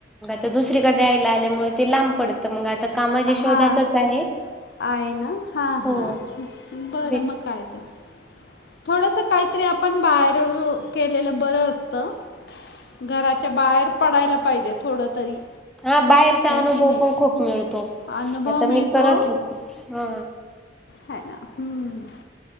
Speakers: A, in the centre; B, on the left.
A: तर दुसरीकडे राहायला आल्यामुळे ते लांब पडतं, मग आता कामाच्या शोधातच
B: हां
A: आहे.
B: आहे ना, हां
A: हो
B: हां बरं
A: बे-
B: मग काय तर थोडस काहीतरी आपण बाहेर केलेलं बरं असतं, घराच्या बाहेर पडायला पाहिजे थोड तरी
A: हा बाहेरचा
B: आहे
A: अनुभव
B: की नाही
A: पण खूप मिळतो,
B: अनुभव
A: आता
B: मिळतो
A: मी करत हा
B: ह ना, हम्म